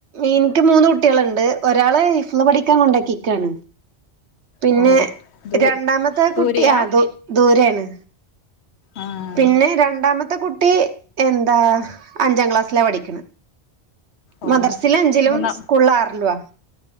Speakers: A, on the right; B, on the left.
A: ഇൻക്ക് മൂന്ന് കുട്ട്യാളുണ്ട് ഒരാള് ഹിഫ്ള് പഠിക്കാൻ കൊണ്ടാക്കിക്കാണ് പിന്നെ
B: ഓ ദൂ
A: രണ്ടാമത്തെ
B: ദൂരെയാ
A: കുട്ടി അതു ദൂരേണ്
B: ആഹ്
A: പിന്നെ രണ്ടാമത്തെ കുട്ടി എന്താ അഞ്ചാം ക്ലാസ്സിലാ പഠിക്ക്‌ണ്
B: ഓ
A: മദർസില് അഞ്ചിലും
B: മൂന്നാം
A: സ്കൂളില് ആറിലുവാ.